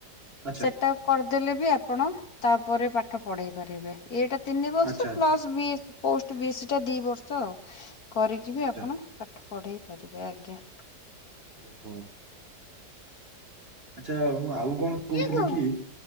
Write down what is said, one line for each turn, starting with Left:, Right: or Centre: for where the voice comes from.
Right: ଆଚ୍ଛା
Left: ସେଟା କରିଦେଲେ ବି ଆପଣ ତାପରେ ପାଠ ପଢେଇ ପାରିବେ ଏଇଟା ତିନି ବର୍ଷ।
Right: ଆଚ୍ଛା ଆଚ୍ଛା
Left: ପ୍ଲସ୍ ବି ପୋଷ୍ଟ ବି ଏ ସି ଦି ବର୍ଷ ଆଉ କରିକି ବି
Right: ଆଚ୍ଛା
Left: ଆପଣ ପାଠ ପଢ଼େଇ ପାରିବେ ଆଜ୍ଞା।
Right: ଓହୋ। ଆଚ୍ଛା ମୁଁ ଆଉ କଣ
Left: ଆଜ୍ଞା।
Right: କହୁଥିଲି କି?